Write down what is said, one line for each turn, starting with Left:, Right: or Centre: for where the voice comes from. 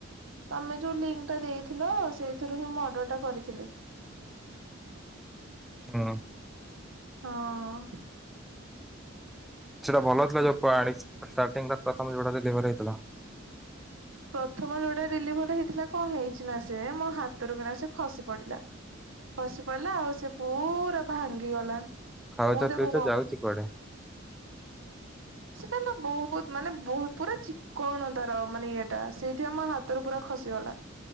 Right: ତମେ ଯୋଉ ଲିଙ୍କଟା ଦେଇଥିଲ ସେଇଥିରୁ ହିଁ ମୁଁ ଅର୍ଡରଟା କରିଥିଲି।
Centre: ହଁ।
Right: ହଁ।
Centre: ସେଇଟା ଭଲଥିଲା ଯାହାକୁ ଆଣିଚି ଷ୍ଟାର୍ଟଟିଂ ତା ପ୍ରଥମ ଯୋଉଟା <unintelligible> ହେଇଥିଲ।
Right: ପ୍ରଥମ ଯୋଉଟା ଡେଲିଭରି ହେଇଥିଲା କଁ ହେଇଚି ନା ସେ ମୋ ହାତରୁ କିନା ସେ ଖସି ପଡିଲା। ଖସି ପଇଲା ଆଉ ସେ ପୁରା ଭାଙ୍ଗିଗଲା।
Centre: ଖାଉଛ
Right: ମୁଁ ତାକୁ
Centre: ପିଉଛ
Right: କଁ
Centre: ଯାଉଛି କୁଆଡେ
Right: ସେଟା ନା ବହୁତ ମାନେ ବହୁତ ପୁରା ଚିକଣ ତା ର ମାନେ ଇଏଟା ସେଇଥିପାଇଁ ମୋ ହାତରୁ ପୁରା ଖସିଗଲା।